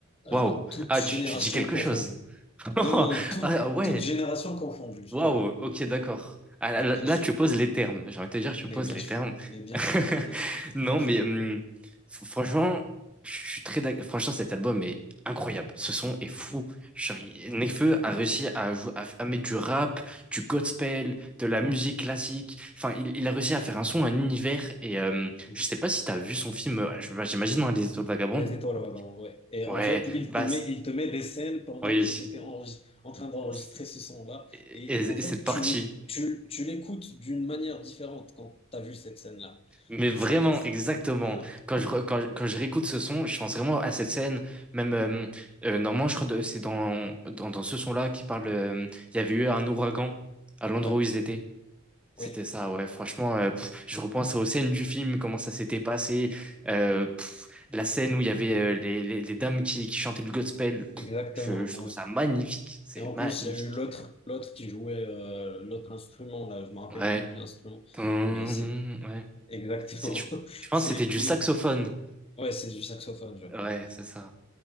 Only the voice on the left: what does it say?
euh,
toute
génération
confondue.
Non, non, non, toute,
toute génération confondue, je
te jure.
Mais
bien
sûr.
Mais
bien
sûr,
mais bien
sûr, bien sûr,
bien sûr.
Oui.
Mhm.
Les étoiles, ouais, vraiment, ouais. Et
en fait, il
te met,
il te met des scènes pendant
qu'il était enregistré- en train d'enregistrer
ce son-là.
Et
en fait,
tu
le, tu, tu l'écoutes d'une manière différente quand tu as vu cette scène-là.
C'est, c'est-
ouais.
Mhm.
Ouais,
oui,
exactement,
ouais.
Et en
plus, il y a eu l'autre, l'autre qui jouait euh, l'autre instrument, là, je me rappelle
plus de l'instrument,
mais c'est
exactement,
<laughs>
c'est,
il-
ouais, c'est du saxophone, je crois.